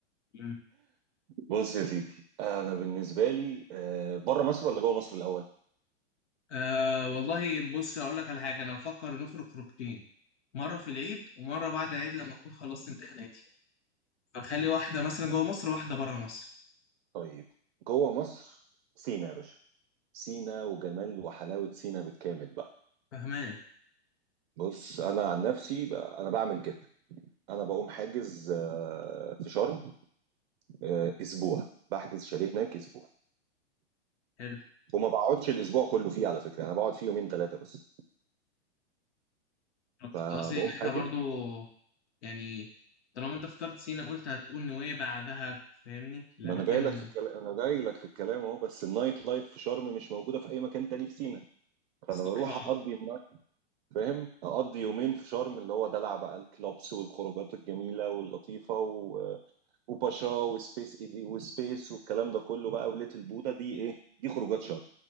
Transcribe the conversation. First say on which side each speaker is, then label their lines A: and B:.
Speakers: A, on the left; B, on the right.
A: مم.
B: بص يا سيدي انا بالنسبه لي آه، بره مصر ولا جوه مصر الاول
A: أه والله بص اقول لك على حاجه انا بفكر نخرج خروجتين مره في العيد ومره بعد العيد لما اكون خلصت امتحاناتي فخلي واحده مثلا جوه مصر وواحده بره مصر
B: طيب جوه مصر سينا يا باشا سينا وجمال وحلاوه سينا بالكامل بقى
A: فاهمان
B: بص انا عن نفسي بقى انا بعمل كده انا بقوم حاجز آه، في شرم آه، اسبوع بحجز شاليه هناك اسبوع
A: حلو
B: وما بقعدش الاسبوع كله فيه على فكره انا بقعد فيه يومين ثلاثه بس
A: أنا كنت
B: فبقوم
A: قصدي ان احنا
B: حاجز
A: برضو يعني طالما انت اخترت سينا قلت هتقول نويبع دهب فاهمني الأماكن
B: ما انا جاي لك في الكلام انا جاي لك في الكلام اهو بس النايت لايف في شرم مش موجوده في اي مكان تاني في سينا فانا
A: الصراحة
B: بروح اقضي النايت فاهم اقضي يومين في شرم اللي هو دلع بقى الكلوبس والخروجات الجميله واللطيفه و... وباشا وسبيس اي بي وسبيس والكلام ده كله بقى وليتل بودا دي ايه دي خروجات شرم